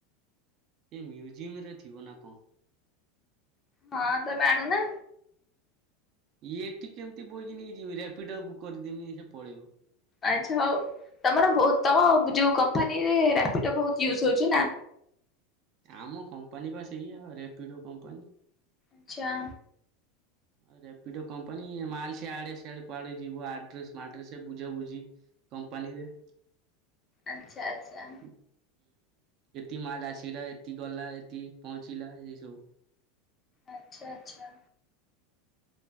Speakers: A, on the right (about 40°); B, on the left (about 20°).
A: ଏ ମ୍ୟୁଜିୟମରେ ଥିବ ନା କଣ?
B: ହଁ, ତମେ ଆଣୁନା।
A: ଇଏ ଏଠି କେମତି ବୋହିକି ନେଇକି ଯିବି? ରାପିଡ ବୁକ କରିଦେମି ସେ ପଳେଇବ।
B: ଆଚ୍ଛା ହଉ, ତମର ବହୁତ ତମ ଯୋଉ କମ୍ପାନୀରେ ରାପିଡୋ ବହୁତ ୟୁଜ ହଉଛି ନା?
A: ଆମ କମ୍ପାନୀ ବା ସେଇଆ ରେପିଡୋ କମ୍ପାନୀ।
B: ଆଚ୍ଛା।
A: ଆ ରାପିଡୋ କମ୍ପ ମ୍ପାନୀ, ମାଲ ସିଆଡେ ସିଆଡେ କୁଆଡେ ଯିବ ଆଡ୍ରେସ ମାଡ୍ରେସ ବୁଝା ବୁଝି କମ୍ପାନୀରେ
B: ଆଚ୍ଛା, ଆଚ୍ଛା।
A: ହୁଁ। ଏତିକି ମାଲ ଆସିଲା, ଏତିକି ଗଲା, ଏତିକି ପହଞ୍ଚିଲା, ଏଇସବୁ।
B: ଆଚ୍ଛା, ଆଚ୍ଛା।